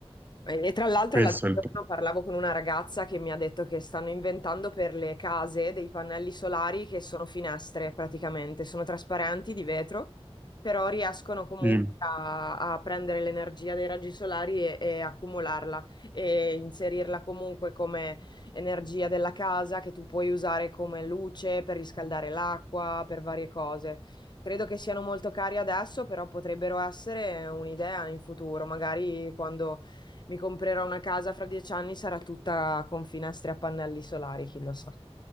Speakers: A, on the left (about 45°); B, on the right (about 20°).
A: E e tra l'altro
B: questo
A: l'altro
B: è il
A: giorno parlavo con una ragazza che mi ha detto che stanno inventando per le case dei pannelli solari che sono finestre praticamente, sono trasparenti di vetro, però riescono comunque
B: problema.
A: a, a prendere l'energia dei raggi solari e, e accumularla e inserirla comunque come energia della casa che tu puoi usare come luce per riscaldare l'acqua, per varie cose. Credo che siano molto cari adesso, però potrebbero essere un'idea in futuro, magari quando mi comprerò una casa fra dieci anni, sarà tutta con finestre a pannelli solari, chi lo sa.